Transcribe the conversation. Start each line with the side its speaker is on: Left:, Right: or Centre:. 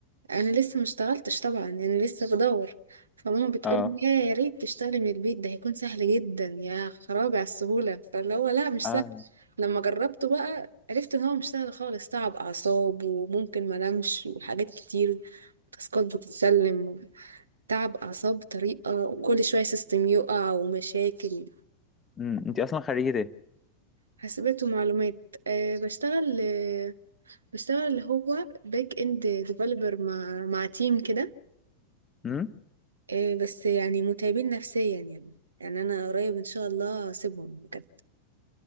Right: انا لسه ما اشتغلتش طبعا انا لسه بدور فماما بتقول
Left: اه
Right: لي يا يا ريت تشتغلي من البيت ده هيكون سهل جدا يا خرابي على السهوله فاللي هو لا مش
Left: اه
Right: سهل لما جربته بقى عرفت ان هو مش سهل خالص تعب اعصاب وممكن ما انامش وحاجات كتير تاسكات بتتسلم تعب اعصاب بطريقه كل شويه سيستم يقع ومشاكل
Left: انت اصلا خريجة
Right: حاسبات ومعلومات أه بشتغل أه بشتغل اللي هو باك اند ديفلوبر مع مع تيم كده
Left: ايه؟
Right: إيه بس يعني متعبين نفسيا يعني يعني انا قريب ان شاء الله هسيبهم بجد